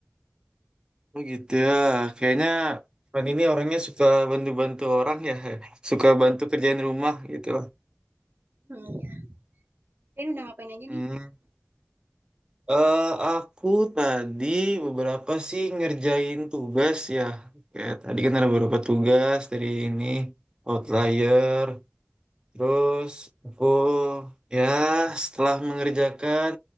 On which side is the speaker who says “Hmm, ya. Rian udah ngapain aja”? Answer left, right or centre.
Right